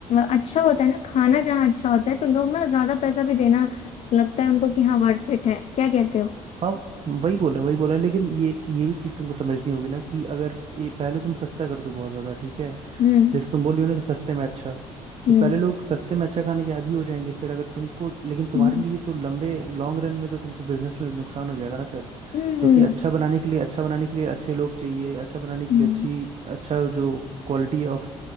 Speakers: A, on the left; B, on the right.
A: अच्छा होता है ना खाना जहाँ अच्छा होता है तो लोग ना ज्यादा पैसा भी देना लगता है उनको कि हाँ वर्थ इट है क्या कहते हो
B: हाँ वही बोल रहे हैं वही बोल रहे हैं लेकिन ये ये भी चीज़ तुमको समझनी होगी ना कि अगर ये पहले तुम सस्ता कर दो बहुत ज़्यादा ठीक है
A: हम्म
B: जैसे तुम बोल रही हो ना कि सस्ते में अच्छा तो
A: हम्म
B: पहले लोग सस्ते में अच्छा खाने के आदी हो जाएंगे फिर अगर तुमको लेकिन तुम्हारे
A: हम्म
B: लिए तो लंबे लॉन्ग रन में तो तुमको बिजनेस में नुकसान हो जाएगा ना फिर
A: हम्म
B: क्योंकि
A: हम्म
B: अच्छा बनाने के लिए अच्छा बनाने के लिए अच्छे लोग चाहिए अच्छा बनाने के
A: हम्म,
B: लिए अच्छी अच्छा जो क्वालिटी ऑफ